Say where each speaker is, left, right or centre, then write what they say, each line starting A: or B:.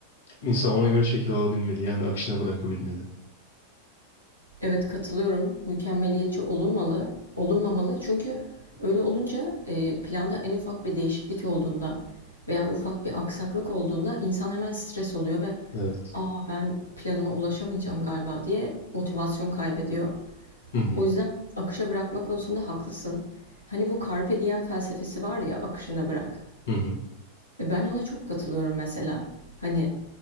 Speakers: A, on the left (about 60°); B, on the left (about 85°).
A: insan ona göre şekil alabilmeli. Yani akışına bırakabilmeli.
B: Evet katılıyorum. Mükemmeliyetçi olunmalı, olunmamalı. Çünkü öyle olunca e, planda en ufak bir değişiklik olduğunda veya ufak bir aksaklık olduğunda insan hemen stres oluyor ve
A: Evet.
B: "Aa ben planıma ulaşamayacağım galiba." diye motivasyon kaybediyor.
A: Hı hı.
B: O yüzden akışa bırakma konusunda haklısın. Hani bu carpe diem felsefesi var ya, akışına bırak.
A: Hı hı.
B: E, Ben ona çok katılıyorum mesela. Hani